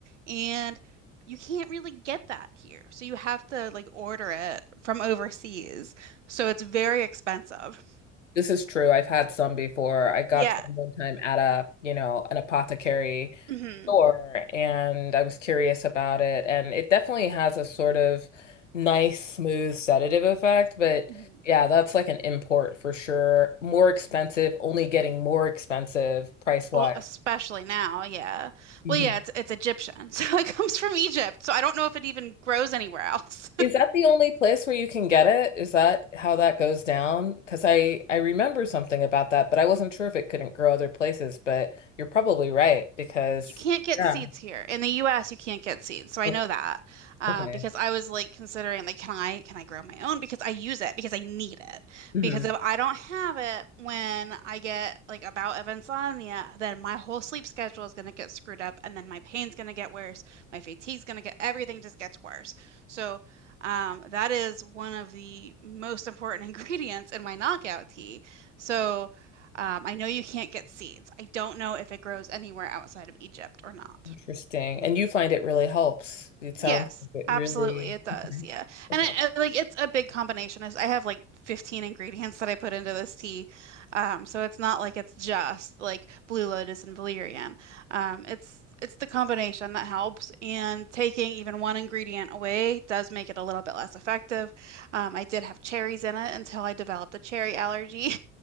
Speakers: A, on the right; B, on the left.
A: and you can't really get that here, so you have to like order it from overseas, so it's very expensive.
B: This is true. I've had some before. I got
A: Yeah.
B: them one time at a, you know, an apothecary
A: hmm
B: store and I was curious about it. And it definitely has a sort of nice, smooth sedative effect. But
A: hmm
B: yeah, that's like an import for sure. More expensive, only getting more expensive price-wise.
A: Well, especially now, yeah.
B: hmm
A: Well, yeah, it's it's Egyptian, <laughs> so it comes from Egypt, so I don't know if it even grows anywhere else.
B: Is that the only place where you can get it? Is that how that goes down? Because I I remember something about that, but I wasn't sure if it couldn't grow other places. But you're probably right because
A: You can't get
B: Yeah.
A: seeds here. In the US, you can't get seeds. So I
B: okay,
A: know that. Uh,
B: okay.
A: because I was like considering like can I can I grow my own because I use it because I need it.
B: hmm
A: Because if I don't have it when I get like a bout of insomnia, then my whole sleep schedule is going to get screwed up and then my pain's going to get worse, my fatigue's going to get everything just gets worse. So um, that is one of the most important <laughs> ingredients in my knockout tea. So um, I know you can't get seeds. I don't know if it grows anywhere outside of Egypt or not.
B: Interesting. And you find it really helps. It sounds
A: Yes,
B: like it really.
A: absolutely, it does.
B: Mhm.
A: Yeah,
B: That's
A: and I,
B: aw-
A: I- like it's a big combination. Is I have like 15 ingredients that I put into this tea, um, so it's not like it's just like blue lotus and valerian. Um, it's it's the combination that helps, and taking even one ingredient away does make it a little bit less effective. Um, I did have cherries in it until I developed a cherry allergy.